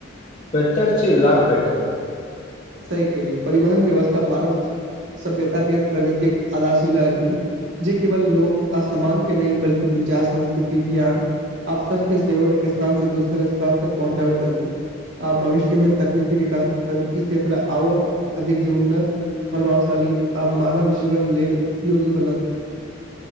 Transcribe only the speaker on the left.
प्रत्यक्ष लाभ भेटत।